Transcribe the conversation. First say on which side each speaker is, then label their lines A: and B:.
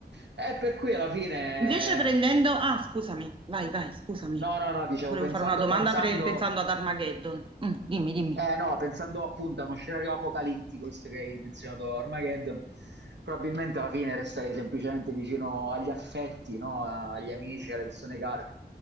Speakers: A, on the right; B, on the right.
A: E per cui alla fine.
B: Invece prendendo... Ah, scusami, vai, vai, scusami.
A: No, no, no, dicevo,
B: Ti volevo
A: pensando,
B: fare una domanda
A: pensando,
B: pre- pensando ad Armageddon. Mm, dimmi, dimmi.
A: eh, no, pensando appunto a uno scenario apocalittico, visto che hai menzionato Armageddon, probabilmente alla fine resterei semplicemente vicino agli affetti, no? A- Agli amici, alle persone care